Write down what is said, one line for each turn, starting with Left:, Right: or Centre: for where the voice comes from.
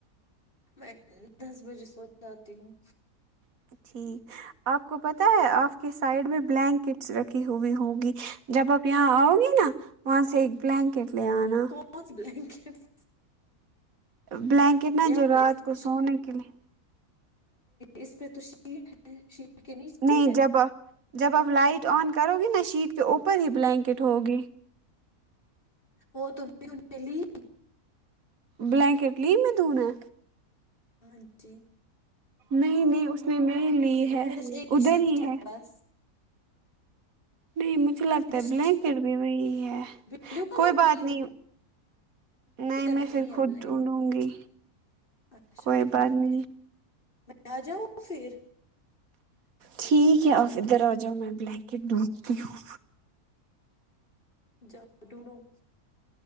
Left: میں دس بجے سو جاتی ہوں
Right: <inaudible> آپ کو پتا ہے آپ کے سائڈ میں بلینکٹس رکھی ہوئی ہوگی جب آپ یہاں آؤ گی نا وہاں سے ایک بلینکٹ لے آنا
Left: کون سی بلینکٹ
Right: بلینکٹ نا
Left: یہاں
Right: جو
Left: تو
Right: رات
Left: اس
Right: کو
Left: پہ
Right: سونے کے لیے
Left: اس پے تو شیٹ ہے شیٹ کے نیچے
Right: نہیں
Left: ہے
Right: جب آپ جب آپ لائٹ آن کرو گی نہا شیٹ کے اوپر ہی بلینکٹ ہوگی
Left: <unintelligible>
Right: بلینکٹ لی میں دونے
Left: ہاں جی
Right: نہیں نہیں اس نے نہیں لی ہے
Left: ایک
Right: ادھر
Left: شیٹ
Right: ہی ہے
Left: بس
Right: نہیں مجھے لگتا
Left: ادھر
Right: ہے بلینکٹ بھی وہی ہے
Left: بلو کلر
Right: کوئی بات
Left: کی
Right: نہیں نہیں
Left: ادھر
Right: میں پھر
Left: ہے
Right: خود
Left: بلینک
Right: ڈونڈوں گی
Left: اچھا
Right: کوئی
Left: ٹھیک
Right: بات نہیں
Left: ہے میں آ جاؤں پھر
Right: ٹھیک ہے آپ ادھر آ جاؤ میں بلینکٹ ڈھونڈتی ہوں
Left: جو دھنوں